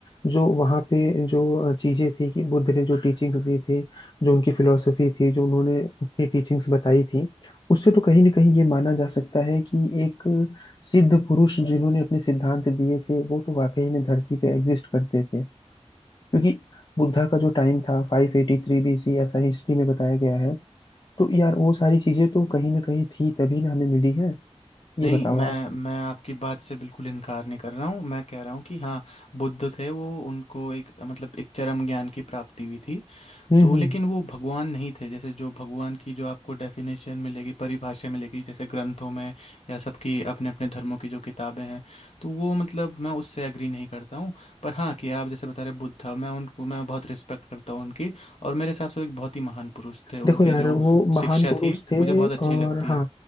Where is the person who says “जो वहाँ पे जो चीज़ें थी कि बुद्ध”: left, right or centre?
Left